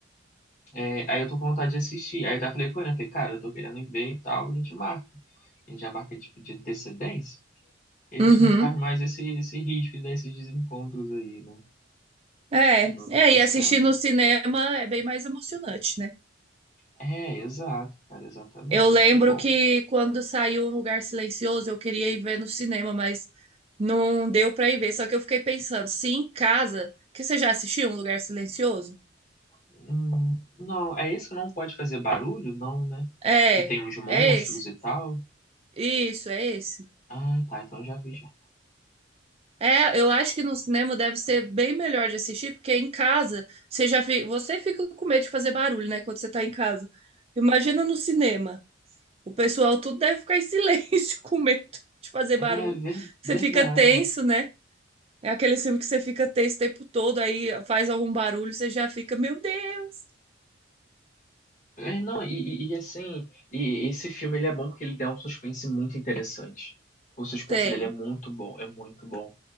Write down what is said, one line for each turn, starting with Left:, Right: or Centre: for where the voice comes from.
Left: é, aí eu tô com vontade de assistir. Aí tá falei com ele, eu falei, cara, eu tô querendo ir ver e tal, a gente marca. A gente já marca tipo de antecedência, e a
Right: Uhum.
Left: gente não corre mais esse, esse risco desses desencontros aí, né?
Right: É,
Left: Igual tava
Right: é, e
Left: sendo.
Right: assistir no cinema é bem mais emocionante, né?
Left: É, exato, cara, exatamente.
Right: Eu lembro
Left: É bom.
Right: que quando saiu Um Lugar Silencioso, eu queria ir ver no cinema, mas não deu pra ir ver. Só que eu fiquei pensando, se em casa, que você já assistiu Um Lugar Silencioso?
Left: Hum, não, é esse que não pode fazer barulho? Não, né?
Right: É,
Left: Que tem uns monstros
Right: é esse.
Left: e tal.
Right: Isso, é esse.
Left: Ah, tá, então eu já vi já.
Right: É, eu acho que no cinema deve ser bem melhor de assistir, porque em casa você já fi- você fica com medo de fazer barulho, né, quando você tá em casa. Imagina no cinema. O pessoal tudo deve ficar em silêncio <laughs> com medo de fazer
Left: É
Right: barulho.
Left: ver-
Right: Você
Left: verdade.
Right: fica tenso, né? É aquele filme que você fica tenso o tempo todo, aí faz algum barulho, você já fica, meu Deus,
Left: É, não, e, e- e, assim, e esse filme ele é bom porque ele dá um suspense muito interessante. O suspense
Right: tem.
Left: dele é muito bom, é muito bom.